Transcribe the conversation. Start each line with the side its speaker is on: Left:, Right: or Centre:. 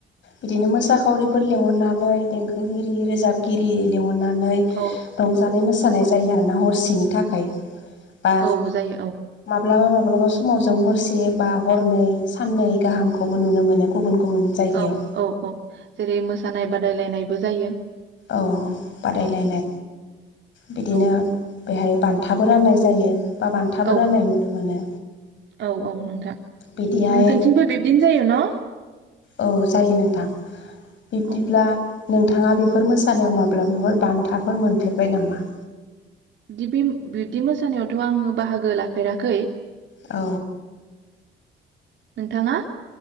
Left: बिदिनो मोसाखावरिफोर लिंहरनानै देंखोगिरि रोजाबगिरि लिंहर नानै रंजानाय
Right: औ
Left: मोसा मोसानाय जायो आरो ना हरसेनि थाखाय। बा
Right: औ जायो औ
Left: माब्लाबा माब माब्लाबा समाव जों हरसे बा हरनै साननै गाहामखौबो नुनो मोनो गुबुन गुबुन गुबुन जायगायाव।
Right: औ औ औ जेरै मोसानाय बादायलायनायबो जायो ।
Left: औ बादायलायनाय बिदिनो
Right: औ
Left: बेहाय बान्थाबो राननाय जायो। बा बान्थाबो
Right: औ
Left: राननाय नुनो मोनो
Right: औ औ नोंथां नोंसोरथिंबो
Left: बिदिहाय
Right: बिब्दिनो जायो न?
Left: औ जायो नोंथां । बिब्दिब्ला
Right: औ
Left: नोंथाङा बेफोर मोसानायाव माब्लाबाफोर बान्थाफोर मोनफेरबाय नामा?
Right: बिदि बे-बिब्दि मोसानायावथ' आङो बाहागो लाफेराखै
Left: औ।
Right: नोंथाङा?